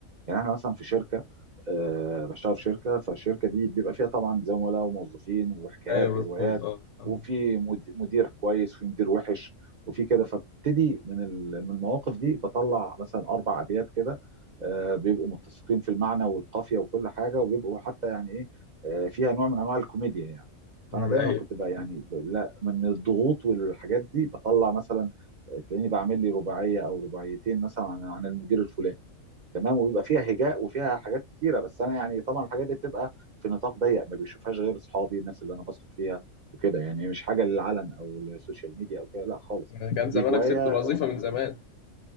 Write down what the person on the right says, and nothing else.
يعني احنا مثلا في شركه آه، بشتغل في شركه فالشركه دي بيبقى فيها طبعا زملاء وموظفين وحكايات
وروايات
وفي مد- مدير كويس وفي مدير وحش وفي كده فابتدي من ال- من المواقف دي بطلع مثلا اربع ابيات كده آه، بيبقوا متسقين في المعنى والقافيه وكل حاجه وبيبقوا حتى يعني ايه آه، فيها نوع من انواع الكوميديا يعني فانا
دايما
كنت بقى يعني ب- لا من الضغوط والحاجات دي بطلع مثلا آه، تلاقيني بعمل لي رباعيه او رباعيتين مثلا عن عن المدير الفلاني تمام وبيبقى فيها هجاء وفيها حاجات كتيره بس انا يعني طبعا الحاجات دي بتبقى في نطاق ضيق ما بيشوفهاش غير اصحابي الناس اللي انا بثق فيها وكده يعني مش حاجه للعلن او للسوشيال ميديا او كده لا خالص
دي هوايه